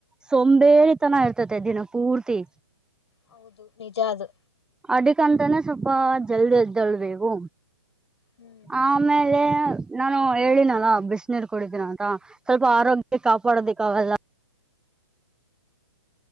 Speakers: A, in the centre; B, on the left.
A: ಸೋಂಬೇರಿತನ ಇರ್ತತೆ ದಿನಾ ಪೂರ್ತಿ.
B: ಹೌದು! ನಿಜಾ ಅದು.
A: ಅದಕಂತಾನೆ ಸ್ವಲ್ಪ ಜಲ್ದಿ ಎದ್ದಳ್ಬೇಕು
B: ಹ್ಮ್
A: ಆಮೇಲೆ. ನಾನು ಹೇಳಿನಲ್ಲ ಬಿಸಿನೀರು ಕುಡಿತನ್ನ ಅಂತ ಸ್ವಲ್ಪ ಆರೋಗ್ಯ ಕಾಪಾಡೋದಿಕ್ಕಆಗಲ್ಲ.